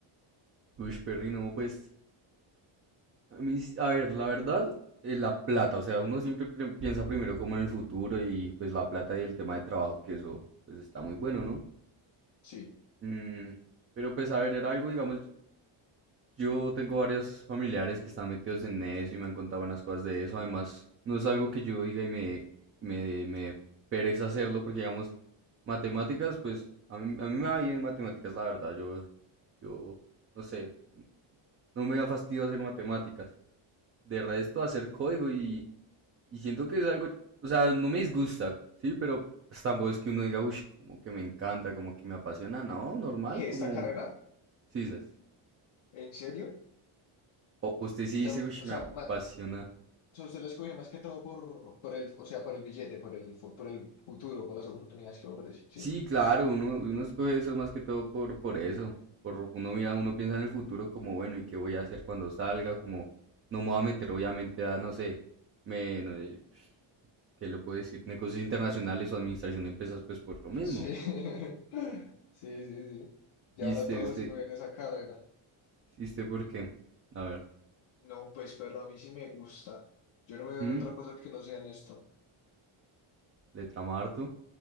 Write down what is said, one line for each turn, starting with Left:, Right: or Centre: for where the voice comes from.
Right: Uy, Perry, no, pues... A mí, sí, a ver, la verdad, eh, la plata, o sea, uno siempre pri- piensa primero como en el futuro y pues la plata y el tema de trabajo, que eso pues está muy bueno, ¿no?
Left: Sí.
Right: Mm, pero pues a ver, era algo, digamos, yo tengo varios familiares que están metidos en eso y me han contado buenas cosas de eso, además, no es algo que yo diga y me, me, me dé pereza hacerlo, porque digamos, matemáticas, pues a mí, a mí me va bien en matemáticas, la verdad, yo, yo, no sé, no me da fastidio hacer matemáticas. De resto, hacer código y Y siento que es algo, o sea, no me disgusta, ¿sí? Pero pues, tampoco es que uno diga, uy, como que me encanta, como que me apasiona. No, normal,
Left: ¿Qué,
Right: como
Left: esta carrera?
Right: sisas.
Left: ¿En serio?
Right: O usted sí
Left: O
Right: dice,
Left: sea,
Right: uy,
Left: o
Right: me
Left: sea,
Right: apasiona.
Left: ma- o sea, usted la escogió más que todo por, por el, o sea, por el billete, por el, fu- por el futuro, por las oportunidades que ofrece. Sí.
Right: Sí, claro, uno, uno escoge eso más que todo por, por eso. Por, uno mira, uno piensa en el futuro como, bueno, ¿y qué voy a hacer cuando salga? Como, no me voy a meter obviamente a, no sé, me, no, eh, ¿qué le puedo decir? Negocios internacionales o administración de empresas, pues por lo mismo.
Left: Sí. <laughs> Sí, sí, sí. Y
Right: ¿Y
Left: ahora
Right: usted,
Left: todos
Right: usted,
Left: escogen esa carrera.
Right: ¿y usted por qué? A ver.
Left: No, pues perro, a mí sí me gusta. Yo no me veo
Right: ¿Mm?
Left: en otra cosa que no sea en esto.
Right: le trama harto.